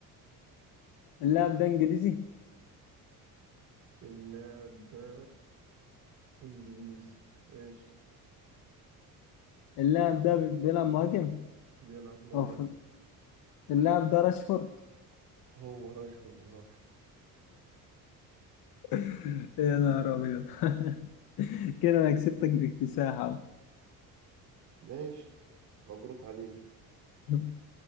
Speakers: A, on the left; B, on the right.
A: اللاعب ده إنجليزي
B: اللاعب ده انجليزي ماشي
A: اللاعب ده بيلعب مهاجم
B: بيلعب مهاجم
A: أوف اللاعب ده راشفورد
B: هو راشفورد صح
A: <laughs> يا نهار أبيض <laughs> كده أنا كسبتك باكتساح
B: ماشي مبروك عليك
A: أهو.